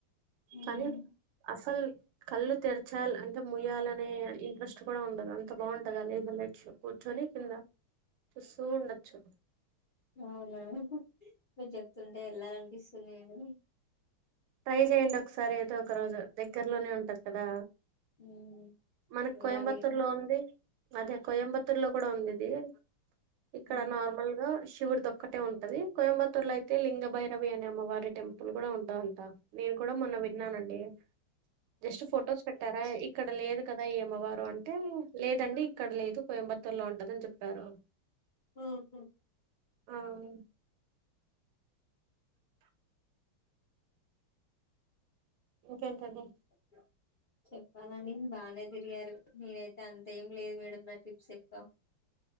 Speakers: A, on the left; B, on the right.
A: హ్మ్
B: కాని అసల్ కళ్ళు తెర్చాల్ అంటే ముయ్యాలనే ఇంట్రెస్ట్ కుడ ఉండదు అంత బాంటది ఆ లేజర్ లైట్ షో కూర్చొని కింద చుస్సూ ఉండొచ్చు
A: ఔనా మీర్ చెప్తుంటె ఎళ్ళాలనిపిసుంది మేడం
B: ట్రై చేయండి ఒకసారైతె ఒక రోజు దగ్గర్లోనే ఉంటది కదా
A: హ్మ్
B: మనక్
A: చూడాలి
B: కొయంబత్తూర్లో ఉంది అదే కొయంబత్తూర్లో కుడ ఉందిది ఇక్కడ
A: హ్మ్
B: నార్మల్ గా శివుడి త ఒక్కటే ఉంటంది కొయంబత్తూర్లో అయితే లింగ భైరవి అనే అమ్మవారి టెంపుల్ గుడ ఉంటది అన్ ట నేను కూడా మొన్న విన్నానండి జస్ట్ ఫొటోస్ పె టరా ఇక్కడ లేదు కదా ఈ అమ్మవారు అంటే లేదండి ఇక్కడ లేదు కోయంబత్తూర్‌లో ఉంటదని చెప్పారు చ్
A: మ్మ్ఉహ్మ్
B: అవును ఇంకేంటండి
A: పద్య చెప్పాలని బానే తిరిగారు నేనైతే అంతేం లేదు మేడం నా ట్రిప్స్ చెప్తా